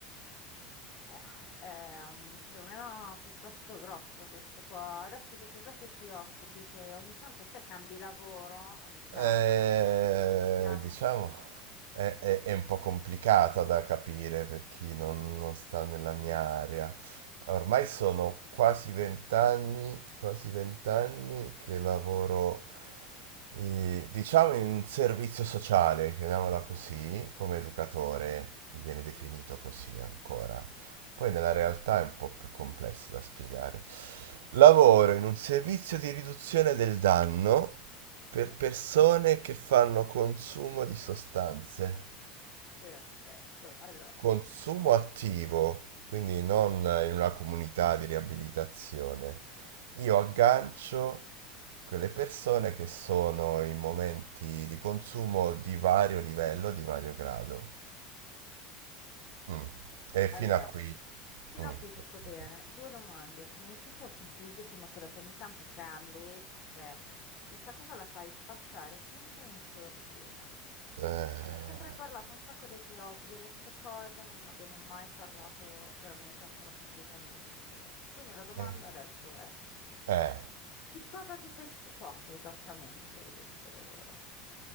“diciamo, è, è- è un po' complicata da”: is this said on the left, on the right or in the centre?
Right